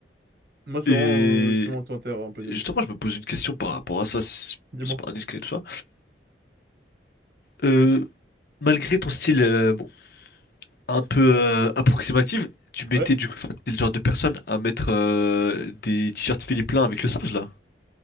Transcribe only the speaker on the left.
Et
justement, je me pose une question par rapport à ça, c'est
c'est pas indiscret tout ça. Euh, malgré ton style euh, bon, un peu euh, approximatif, tu mettais
du coup, enfin, t'es le genre de personne à mettre euh, des t-shirts Philippe Plein avec le singe là.